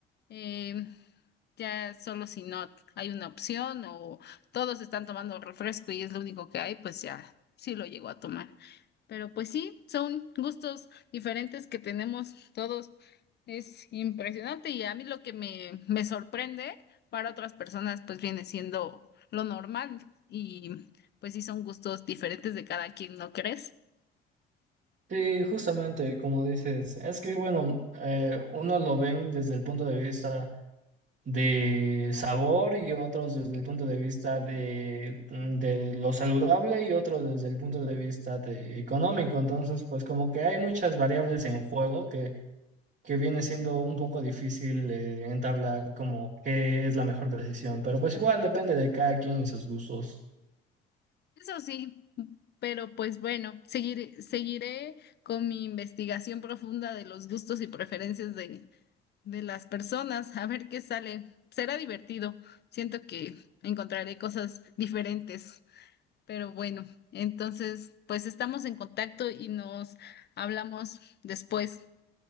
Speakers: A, on the left (about 35°); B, on the right (about 35°).
A: eh, ya solo si no hay una opción o todos están tomando refresco y es lo único que hay, pues ya sí lo llego a tomar. Pero pues sí, son gustos diferentes que tenemos todos. Es impresionante y a mí lo que me, me sorprende para otras personas pues viene siendo lo normal y pues sí son gustos diferentes de cada quien, ¿no crees?
B: Sí, justamente como dices, es que bueno, eh, unos lo ven desde el punto de vista de sabor y otros desde el punto de vista de, mm, de lo saludable y otros desde el punto de vista de económico. Entonces, pues como que hay muchas variables en juego que viene siendo un poco difícil eh, entablar como qué es la mejor decisión, pero pues igual depende de cada quien y sus gustos.
A: Eso sí, pero pues bueno, seguiré, seguiré con mi investigación profunda de los gustos y preferencias de, de las personas a ver qué sale. Será divertido. Siento que encontraré cosas diferentes. Pero bueno, entonces, pues estamos en contacto y nos hablamos después.